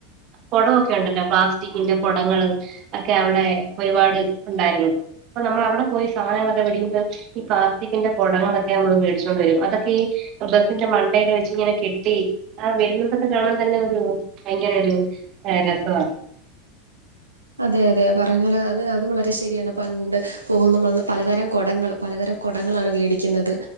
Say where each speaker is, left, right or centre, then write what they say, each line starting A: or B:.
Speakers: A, on the right (about 45°); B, on the right (about 85°).
A: കൊടമൊക്കെ ഉണ്ടല്ലോ പ്ലാസ്റ്റിക്കിന്റെ കൊടങ്ങള് ഒക്കെ അവിടെ ഒരുപാട് ഉണ്ടായിരുന്നു അപ്പൊ നമ്മൾ അവിടെ പോയി സാധനങ്ങളൊക്കെ വേടിക്കുമ്പോ ഈ പ്ലാസ്റ്റിക്കിന്റെ കൊടങ്ങളൊക്കെ നമ്മള് മേടിച്ചോണ്ടുവരും അതൊക്കെ ഈ ബസ്സിന്റെ മണ്ടേല് വെച്ചിങ്ങനെ കെട്ടി ആ വരുന്നതൊക്കെ കാണാൻ തന്നെ ഒരു ഭയങ്കര ഒരു രസവാ
B: അതെ അതെ പറഞ്ഞ പോലെ അത് അത് വളരെ ശരിയാണ് പണ്ട് പോകുന്നു <unintelligible> പലതരം കൊടങ്ങളും പലതരം കൊടങ്ങളാണ് വേടിക്കുന്നത്